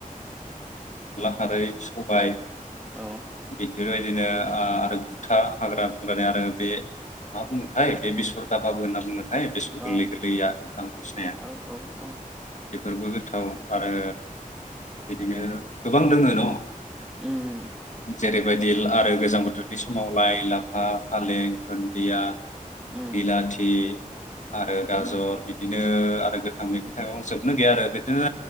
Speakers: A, on the left; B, in the centre.
A: खारैद सबाय
B: औ
A: बिदि बेबायदिनो आ आरो गुथा हाग्रा बंग्रानि आरो बे मा बुंनोथाय बे बिसर दाबाबो होनना बुङो। हैइ बेसर
B: अ
A: गोरलै गोरलैया बिफांथ' सिनाया।
B: औ औ औ
A: बेफोरबो गोथाव आरो बिदिनो गोबां दोङो न?
B: उम।
A: जेरैबायदि आरो गोजां बोथोरनि समाव लाइ लाफा फालें धुन्दिया बिलाथि
B: उम
A: आरो गाजर
B: औ
A: बिदिनो ओ आरो गोथां मैगं थाइगं जोबनो गैया आरो बिदिनो